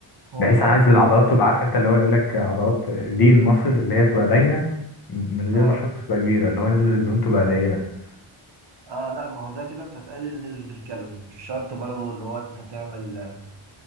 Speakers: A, on the right; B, on the left.
A: والله
B: بحيث عايز
A: في
B: العضلات
A: ال
B: تبقى عارف انت اللي هو يقول لك عضلات لين ماسل اللي هي تبقى باينه من
A: اه
B: غير ما الشنطه تبقى كبيره اللي هو نسبه الدهون تبقى قليله
A: اه لا ما هو ده كده انت هتقلل نسبة الكالوريز مش شرط برضه اللي هو انت تعمل